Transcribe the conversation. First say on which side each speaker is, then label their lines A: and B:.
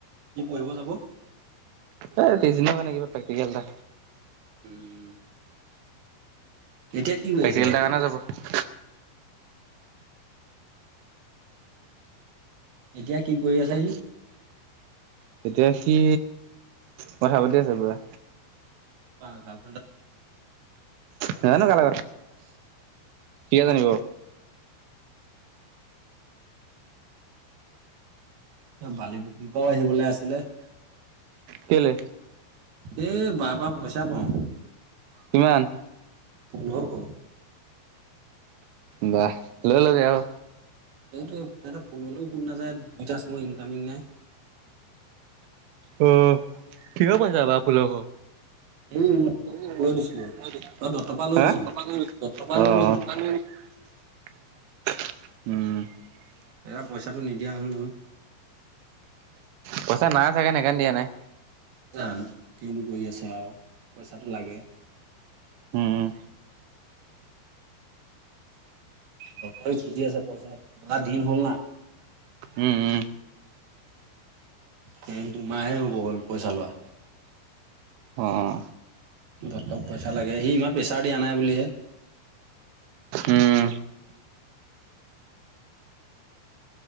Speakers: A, on the right; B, on the right.
A: কি পঢ়িব যাব।
B: এই তিছদিন কাৰণে কিবা প্ৰেক্টিকেল এটা।
A: উম এতিয়া কি কৰি
B: প্ৰেক্টিকেল
A: আছে সি
B: এটাৰ কাৰণে যাব।
A: এতিয়া কি? কৰি আছে
B: আ
A: সি
B: তেতিয়া সি কথা পাতি আছে পোৰা।
A: কা গাল।
B: নাজানো কা লগত। সিহে জানিব।
A: বালি পুখুৰীৰ পৰাও আহিবলে আছিলে।
B: কেলে
A: এই বাপা পইচা পাওঁ।
B: কিমান।
A: পোন্ধৰশ।
B: বা লৈ লবি আক।
A: এইটোৱে তাহাত ফোন মাৱিলেও ফোন নাযায় দুইটা চিম ইনকামিং নাই।
B: অ' কিহ পইচা পাওঁ পোন্ধৰশ। হেই
A: এই মই দত্তক লৈ দিছিলো
B: অহ
A: অ দত্তৰ পৰা লৈ
B: হে
A: দিছিলো দত্তৰ পৰা
B: অ
A: লৈ দিছিলো
B: অ। উম।
A: এয়া পইচাটো নিদিয়া হ'ল নহয়।
B: পইচা নাই চাগে সেকানে দিয়া নাই।
A: জানো কিনো কৰি আছে আও পইচাটো লাগে।
B: উম উম।
A: তত খুজি আছে পইচা কিবা দিন হ'ল না।
B: উম উম।
A: কেই দুমাহে হ'ব হল পইচা লোৱা।
B: অঁ।
A: দত্তক পইচা লাগে সি ইমান প্ৰেছাৰ দিয়া নাই বুলিহে।
B: উম